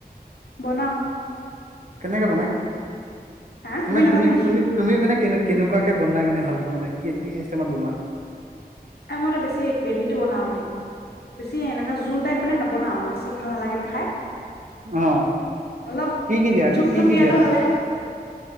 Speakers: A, on the left (about 85°); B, on the right (about 50°).
A: বনাও
B: কেনেকে বনাই
A: হা
B: তোমাৰ
A: নাজানা
B: তুমি
A: নেকি
B: তুমি মানে কেনেকে কেনেকুৱাকে বনাই মানে ভাল পোৱা মানে কি কি চিষ্টেমত বনোৱা
A: এ মই বেছি গ্ৰেভি টো বনাওঁ বেছি এনেকা জোল টাইপ মানে নবনাওঁ বেছি ভাল নালাগে ন খাই
B: অহ
A: অলপ
B: কি কি দিয়া
A: থুপথুপিয়াটো
B: কি কি দিয়া তাত
A: হ'লে